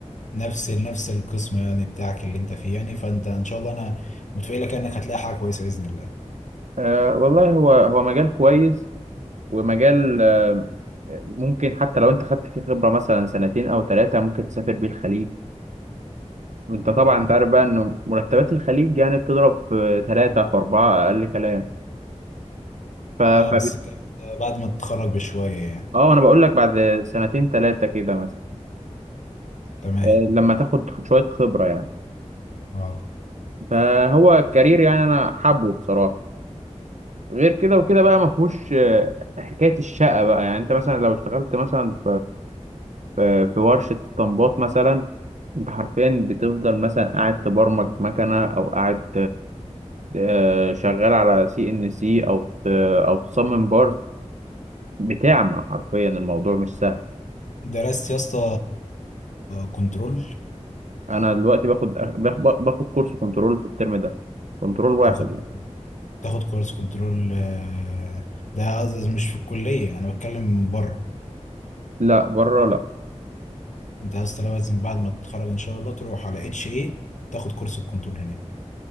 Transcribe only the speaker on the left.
نفس نفس القسم يعني بتاعك اللي انت فيه يعني فانت ان شاء الله انا متفائلك انك هتلاقي حاجة كويسة بإذن الله
م.
اه
بس الكلام ده بعد ما تتخرج بشوية يعني
تمام
اه
درست يا اسطى كنترول
تاخد
تاخد كورس كنترول آه، ده قصدي مش في الكلية انا بتكلم بره
انت يا اسطى لازم بعد ما تتخرج ان شاء الله تروح على اتش اي تاخد كورس الكنترول هناك